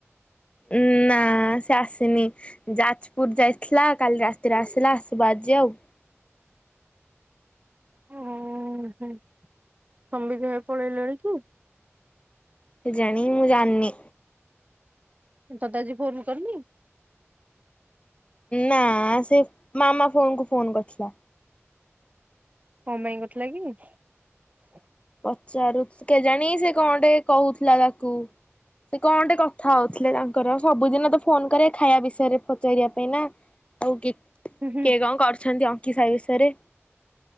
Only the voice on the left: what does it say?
ଉମ୍ ନା ସେ ଆସିନି। ଯାଜପୁର ଯାଇଥିଲା କାଲି ରାତିରେ ଆସିଲା। ଆସିବ ଆଜି ଆଉ।
କେଜାଣି ମୁଁ ଜାଣିନି।
ନା। ସେ ମାମା ଫୋନକୁୁ ଫୋନ କରିଥିଲା।
ପଚାରୁ କେଜାଣି ସେ କଣ ଟେ କହୁଥିଲା ତାକୁ ସେ କଣଟେ କଥା ହଉଥିଲେ ତାଙ୍କର ସବୁଦିନ ତ ଫୋନ କରେ ଖାଇବା ବିଷୟରେ ପଚାରିବା ପାଇଁ ନା। ଆଉ କିଏ
କଣ କରୁଛନ୍ତି? କି ସାଇ ବିଷୟରେ